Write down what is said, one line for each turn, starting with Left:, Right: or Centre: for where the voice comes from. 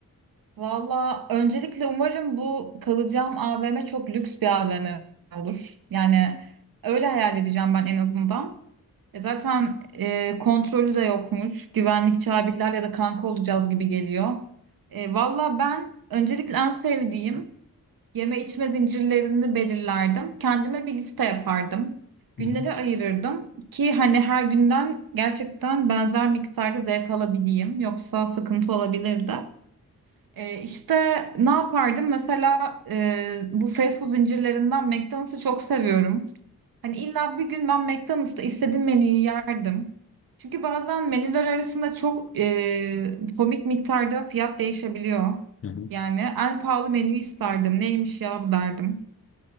Right: Valla öncelikle umarım bu kalacağım AVM çok lüks bir AVM olur. Yani öyle hayal edeceğim ben en azından. E zaten e, kontrolü de yokmuş. Güvenlikçi abilerle de kanka olacağız gibi geliyor. E, valla ben öncelikle en sevdiğim Yeme içme zincirlerini belirlerdim. Kendime bir liste yapardım. Günleri
Left: Hı hı.
Right: ayırırdım ki hani her günden gerçekten benzer miktarda zevk alabileyim. Yoksa sıkıntı olabilirdi. Ee, işte ne yapardım? Mesela e, bu fast food zincirlerinden McDonald's'ı çok seviyorum. Hani illa bir gün ben McDonald's'ta istediğim menüyü yerdim. Çünkü bazen menüler arasında çok e, komik miktarda fiyat değişebiliyor.
Left: Hı hı.
Right: Yani en pahalı menüyü isterdim. Neymiş ya bu derdim.